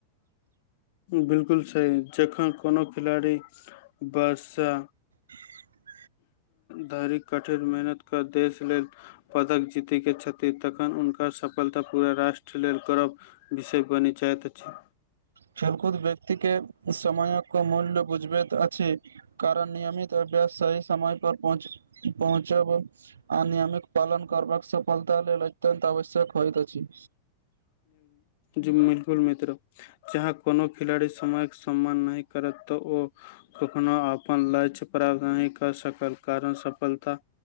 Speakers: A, on the left; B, on the right.
A: बिलकुल सही जखन कोनो खिलाड़ी वर्षा
B: <inaudible>
A: धरिक कठिन मेहनत कऽ देश लेल पदक जीतके छथि तखन हुनक सफलता पूरा राष्ट्र लेल करब विषय बनी चाहैत अछि
B: खेलकूद व्यक्ति के समाय मूल्य बुझबैत अछि कारण नियमित अभ्यास सही समय पर पहुँच पहुँच आ नियमित पालन करबाक सफलता लेल अत्यत आवश्यक होइत अछि
A: जी बिलकुल मित्र जहाँ कोनो खिलाड़ी समयक सम्मान नहि करत तऽ ओ कखनो अपन लक्ष्य प्राप्त नहि कऽ सकल कारण सफलता